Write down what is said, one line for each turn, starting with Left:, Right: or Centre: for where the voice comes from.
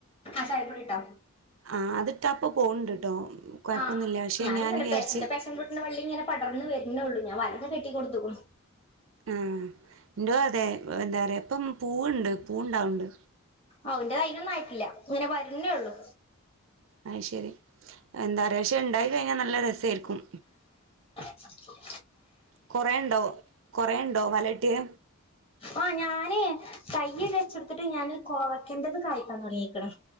Left: ആഹ് ചായിപ്പൊടിണ്ടോ?
Right: ആഹ് അതിട്ട അപ്പ പോണ് ണ്ട്ട്ടോ കൊഴപ്പൊന്നുല്ല
Left: ആഹ്
Right: പക്ഷെ
Left: ഞാനും
Right: ഞാൻ
Left: തന്നെ
Right: വിചാർച്ച്
Left: പേശന്റെ <unintelligible> വള്ളി ഇങ്ങെ പടർന്ന് ങ്ങന വളർന്ന് വരുന്നേള്ളൂ ഞാ വലക്കെ കെട്ടി കൊടുത്ത്ക്ക്കണു
Right: ഉം ഇന്റും അതെ എന്താ പറയാ ഇപ്പം പൂവുണ്ട് പൂവുണ്ടാവ്ണ്ട്
Left: അവന്റെ അയ്നൊന്നും ആയിട്ടില്ല ഇങ്ങനെ വരുന്നേ ഒള്ളൂ
Right: അയ് ശരി എന്താ പറ പക്ഷെ ഇണ്ടായി കഴിഞ്ഞാൽ നല്ല രസായിരിക്കും
Left: <inaudible>
Right: കൊറേണ്ടോ കൊറേണ്ടോ മലട്ടിയെ
Left: ആഹ് ഞാന് തയ്യ് വെച്ചെട്ത്തിട്ട് ഞാൻ കോവയ്ക്കേണ്ടത് കഴ്ക്കാൻ തുടങ്ങീക്ക്ണ്